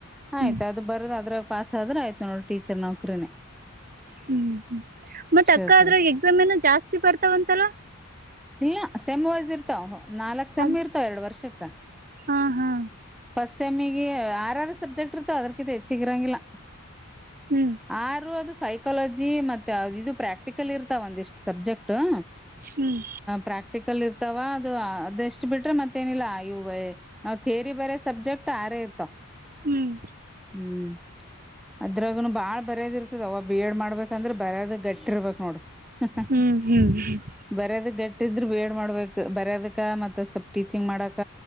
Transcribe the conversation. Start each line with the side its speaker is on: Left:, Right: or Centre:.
Centre: ಆಯ್ತತ್
Right: ಹ್ಮ್
Centre: ಅದು ಬರದ ಅದ್ರಾಗ ಪಾಸ್ ಆದ್ರೆ ಆಯ್ತ ನೋಡ್ರ ಟೀಚರ್ ನೌಕ್ರನೇ
Right: ಹ್ಮ್ ಹ್ಮ್ ಮತ್ತ ಅಕ್ಕ
Centre: ಇರ್ತದ
Right: ಅದ್ರಾಗ ಎಕ್ಸಾಮ್ ಏನ ಜಾಸ್ತಿ ಬರ್ತಾವಂತಲ್ಲಾ
Centre: ಇಲ್ಲ ಸೆಮ್ಮ್ ವೈಸ್ ಇರ್ತಾವ್ ನಾಲ್ಕ್ ಸೆಮ್ಮ್
Right: ಅದ್
Centre: ಇರ್ತಾವ್ ಎರಡು ವರ್ಷಕ್ಕ
Right: ಹಾ ಹಾ
Centre: ಫಸ್ಟ್ ಸೆಮಿಗೆ ಯರ್ಯಾರು ಸಬ್ಜೆಕ್ಟ್ ಇರ್ತಾವ ಅದಕ ಹೆಚ್ಚಗರಂಗಿಲ್ಲ
Right: ಹ್ಮ್
Centre: ಆರು ಅದು ಸೈ ಕಾಲಜಿ ಮತ್ತೆ ಇದು ಪ್ರಾಕ್ಟಿಕಲ್ ಇರ್ತಾವ ಒಂದಿಷ್ಟ್ ಸಬ್ಜೆಕ್ಟ್ ಹ
Right: ಹ್ಮ್
Centre: ಪ್ರಾಕ್ಟ ಟಿಕಲ್ ಇರ್ತಾವ ಅದು ಅದೆ ಎಷ್ಟು ಬಿಟ್ರೆ ಮತ್ತೇನಿಲ್ಲ ಇೂ ನಾವ್ ಥೇರಿ ಬರೇ ಸಬ್ಜೆಕ್ಟ್ ಆರೇ ಇರ್ತಾವ
Right: ಹ್ಮ್
Centre: ಹ್ಮ್ ಅದ್ರಾಗನು ಬಾಳ್ ಬರ್ಯದ್ ಇರ್ತದ ಅವ ಬಿ ಎಡ್ ಮಾಡ್ಬೇಕಂದ್ರೆ ಬರ್ಯದ ಗಟ್ಟಿ ಇರ್ಬೇಕಕ್ ನೋಡು ಹಕ್ಕ ಹ
Right: ಹ್ಮ್ ಹ್ಮ್ ಹ್ಮ್ ಹ್ಮ್
Centre: ಬರ್ಯದಕ್ ಗಟ್ಟಿದ್ರರು ಬೇಡ್ ಮಾಡ್ಬೇಕಕ್ ಬರ್ಯದಕ್ಕ ಮತ್ತತ್ ಸ್ವಪ್ ಟೀಚಿಂಗ್ ಮಾಡಕ